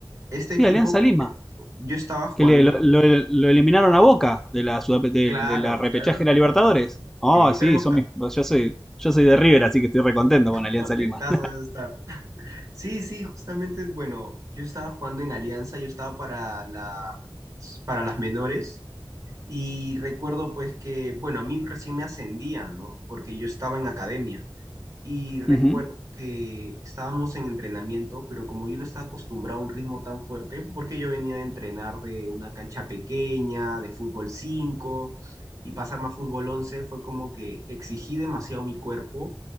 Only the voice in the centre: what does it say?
Sí,
Alianza Lima,
que le, lo, lo- lo eliminaron a Boca de la, sudap- de,
de la repechaje
de la Libertadores. Oh,
sí,
son mis, yo soy, yo soy de River, así que estoy recontento con Alianza
Lima.
<laughs> Ujú,